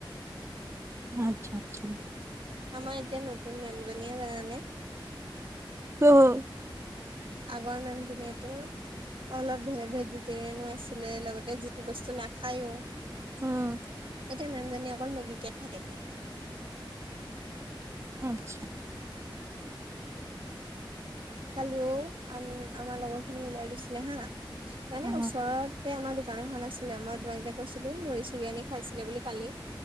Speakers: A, on the right; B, on the right.
A: আচ্ছা আচ্ছা।
B: আমাৰ এতিয়া নতুন মেম জনীয়ে জানা
A: অহ হ।
B: আগৰ নাম ধুনিয়াটো অলপ ভে ভেজিটেৰিয়ানো আছিলে লগতে যিটো বস্তু নাখায়ো। এতিয়া
A: উম
B: মেম জনী অকল মেগি কে খাই থাকে।
A: আচ্ছা।
B: কালিও আ আমাৰ লগৰ খিনি ওলাই গৈছিলে হা। এনে
A: অ
B: ওচৰতে আমাৰ বাৰ খন আছিলে মই তোমাক যে কৈছিলো মুৰি চুৰি আানি খাইছিলে বুলি কালি